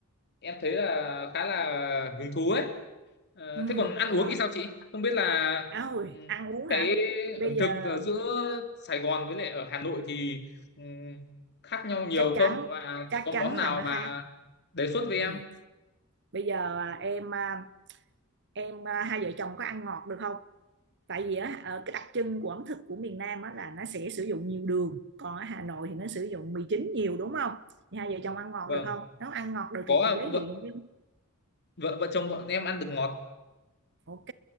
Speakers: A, on the left; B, on the right.
A: em thấy là khá là hứng thú ấy. Ờ,
B: ừ
A: thế còn ăn
B: rồi
A: uống thì sao chị? Không biết là
B: à, ôi
A: ừ,
B: ăn uống hả
A: cái
B: bây
A: ẩm
B: giờ
A: thực ờ, giữa Sài Gòn với lại ở Hà Nội thì ừ, khác nhau nhiều
B: chắc chắn
A: không? Và
B: chắc
A: chị có
B: chắn
A: món nào
B: là nó
A: mà
B: khác
A: đề xuất với
B: ừ.
A: em?
B: bây giờ à, em à, em à, hai vợ chồng có ăn ngọt được không tại vì á ờ, cái đặc trưng của ẩm thực của miền Nam á là nó sẽ sử dụng nhiều đường còn ở Hà Nội thì nó sử dụng mì chính nhiều đúng không thì hai vợ chồng ăn ngọt
A: Vâng,
B: được không nếu ăn ngọt được
A: có
B: thì chị
A: ạ.
B: giới thiệu
A: vợ
B: những cái
A: vợ vợ chồng bọn em ăn được ngọt.
B: ok